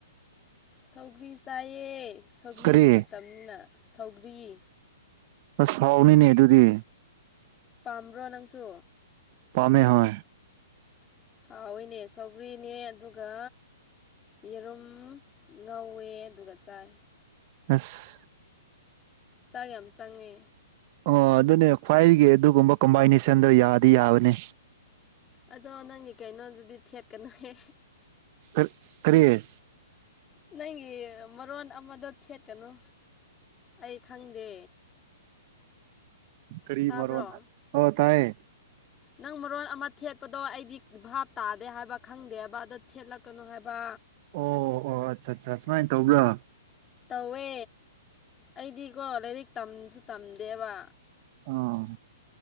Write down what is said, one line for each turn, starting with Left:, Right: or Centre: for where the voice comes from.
Left: ꯁꯧꯒ꯭ꯔꯤ ꯆꯥꯏꯑ ꯁꯧꯒ꯭ꯔꯤꯒꯤ
Right: ꯀꯔꯤ
Left: ꯃꯇꯝꯅ ꯁꯧꯒ꯭ꯔꯤ
Right: ꯑꯁ ꯍꯥꯎꯅꯤꯅꯦ ꯑꯗꯨꯗꯤ
Left: ꯄꯥꯝꯕ꯭ꯔꯣ ꯅꯪꯁꯨ
Right: ꯄꯥꯝꯃꯦ ꯍ
Left: ꯍꯥꯎꯍꯏꯅꯦ ꯁꯧꯒ꯭ꯔꯤꯅꯦ ꯑꯗꯨꯒ ꯌꯦꯔꯨꯝ ꯉꯧꯋꯦ ꯑꯗꯨꯒ ꯆꯥꯏ
Right: ꯑꯁ
Left: ꯆꯥꯛ ꯌꯥꯝ ꯆꯪꯉꯦ
Right: ꯑꯣ ꯑꯗꯨꯅꯦ ꯈ꯭ꯋꯥꯏꯒꯤ ꯑꯗꯨꯒꯨꯝꯕ ꯀꯝꯕꯥꯏꯅꯦꯁꯟꯗꯣ ꯌꯥꯗꯤ ꯌꯥꯕꯅꯦ
Left: ꯑꯗꯣ ꯅꯪꯒꯤ ꯀꯩꯅꯣꯗꯨꯗꯤ ꯊꯦꯠꯀꯅꯨꯍ
Right: ꯔꯤ ꯀꯔꯤꯑꯌꯦ
Left: ꯅꯪꯒꯤ ꯃꯔꯣꯟ ꯑꯃꯗꯣ ꯊꯦꯠꯀꯅꯨ ꯑꯩ ꯈꯪꯗꯦ
Right: ꯀꯔꯤ
Left: ꯇꯥꯕ꯭ꯔꯣ
Right: ꯃꯔꯑꯣ ꯑꯣ ꯇꯥꯏꯌꯦ
Left: ꯅꯪ ꯃꯔꯣꯟ ꯑꯃ ꯊꯦꯠꯄꯗꯣ ꯑꯩꯗꯤ ꯚꯥꯞ ꯇꯥꯗꯦ ꯍꯥꯏꯕ ꯈꯪꯗꯦꯕ ꯑꯗꯨꯣ ꯊꯦꯠꯂꯛ ꯀꯅꯣ ꯍꯥꯏꯕ
Right: ꯑꯣ ꯑꯣ ꯑꯠꯆꯥ ꯑꯠꯆꯥ ꯁꯨꯃꯥꯏꯅ ꯇꯧꯕ꯭ꯔꯥ
Left: ꯇꯧꯋꯦ ꯑꯩꯗꯤꯀꯣ ꯂꯥꯏꯔꯤꯛ ꯇꯝꯁꯨ ꯇꯝꯗꯦꯕ
Right: ꯑꯥ